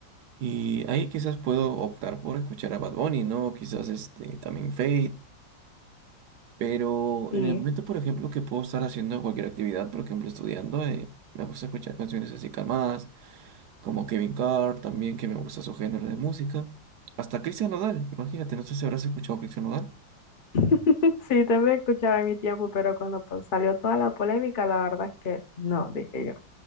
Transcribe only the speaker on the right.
Y ahí quizás puedo optar por escuchar a Bad Bunny, ¿no? Quizás este, también Fate. Pero
en el momento, por ejemplo, que puedo estar haciendo cualquier actividad, por ejemplo, estudiando, eh, me gusta escuchar canciones así calmadas, como Kevin Carr, también que me gusta su género de música. Hasta Cristian Nodal, imagínate, no sé si habrás escuchado a Cristian Nodal.